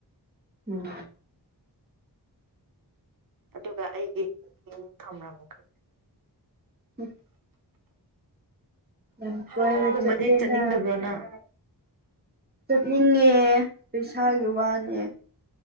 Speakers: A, on the right; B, on the right.
A: ꯎꯝ
B: ꯑꯗꯨꯒ ꯑꯩꯒꯤ ꯑꯃꯨꯛ ꯊꯝꯕ꯭ꯔ ꯑꯃꯨ ꯈ
A: ꯎꯝ ꯌꯥꯝ
B: ꯍꯥꯏꯀꯤꯡꯒꯨꯝꯕꯗꯤ
A: ꯀꯣꯏꯅ ꯆꯠꯂꯤꯅ
B: ꯆꯠꯅꯤꯡꯗꯕ꯭ꯔꯣ ꯅꯪ
A: ꯆꯠꯅꯤꯡꯉꯦ ꯄꯩꯁꯥꯒꯤ ꯋꯥꯅꯦ